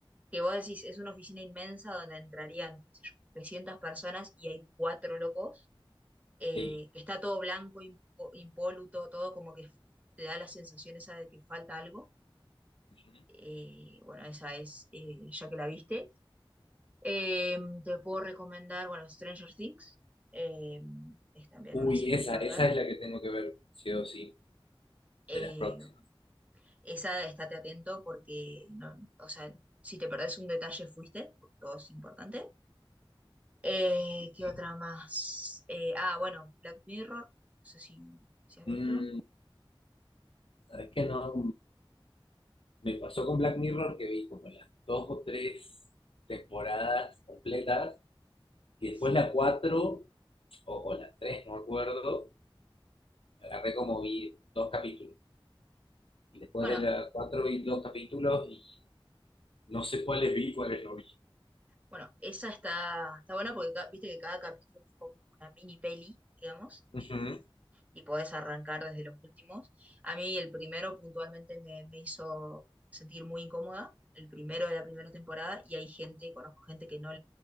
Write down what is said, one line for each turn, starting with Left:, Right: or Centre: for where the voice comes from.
Right: que vos decís, es una oficina inmensa donde entrarían, qué sé yo, 300 personas y hay cuatro locos, eh,
Left: sí.
Right: que está todo blanco, impo- impoluto, todo como que te da la sensación esa de que falta algo
Left: Ujú.
Right: eh, bueno, esa es, eh, ya que la viste. Eh, te puedo recomendar, bueno, Stranger Things. eh, es también
Left: Uy,
Right: una serie
Left: esa,
Right: para
Left: esa
Right: ver.
Left: es la que tengo que ver, sí o sí,
Right: Eh,
Left: de las próximas.
Right: esa, estate atento porque, no, o sea, si te perdés un detalle, fuiste. Todo es importante. Eh, ¿qué
Left: sí.
Right: otra más? Eh, ah, bueno, Black Mirror. No sé si, si has
Left: Mm,
Right: visto.
Left: ¿sabes qué? No, me pasó con Black Mirror que vi como las dos o tres temporadas completas y
Right: Sí.
Left: después la cuatro o, o la tres, no me acuerdo, agarré como vi dos capítulos. y después
Right: Bueno,
Left: de la cuatro vi dos capítulos y No sé cuáles vi, cuáles no vi.
Right: Bueno, esa está, está buena porque ca- viste que cada capítulo es como una mini peli, digamos,
Left: Ujú.
Right: y, y podés arrancar desde los últimos. A mí el primero puntualmente me, me hizo sentir muy incómoda, el primero de la primera temporada, y hay gente, conozco gente que no,